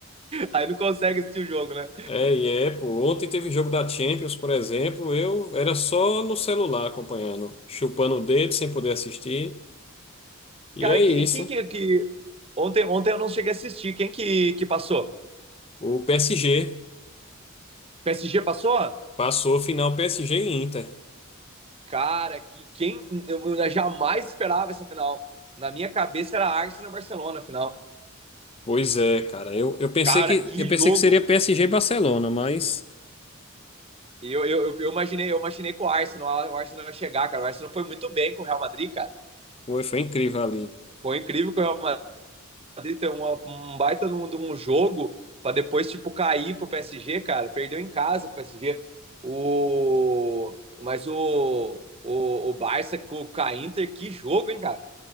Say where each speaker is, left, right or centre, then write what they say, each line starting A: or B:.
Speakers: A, on the right (about 25°); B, on the left (about 25°).
A: Aí não consegue assistir o jogo, né?
B: É, e é, pô. Ontem teve jogo da Champions, por exemplo. Eu era só no celular acompanhando, chupando o dedo sem poder assistir. E
A: Cara,
B: é
A: e
B: isso.
A: que- e quem
B: né?
A: que, que- ontem, ontem eu não cheguei a assistir. Quem que, que passou?
B: O PSG
A: PSG passou?
B: passou final PSG e Inter.
A: Cara, que quem eu, eu jamais esperava essa final. Na minha cabeça era Arsenal e Barcelona a final.
B: Pois é, cara. Eu, eu pensei
A: Cara,
B: que
A: que
B: eu pensei
A: jogo!
B: que seria PSG e Barcelona, mas
A: Eu, eu, eu- eu imaginei, eu imaginei com o Arsenal, o Arsenal ia chegar, cara. O Arsenal foi muito bem com o Real Madrid, cara.
B: foi, foi incrível ali.
A: Foi incrível que o Real Madrid ter uma- um baita de um, de um jogo para depois, tipo, cair pro PSG, cara. Perdeu em casa pro PSG. O... Mas o, o, o Barça com o Inter, que jogo, hein, cara?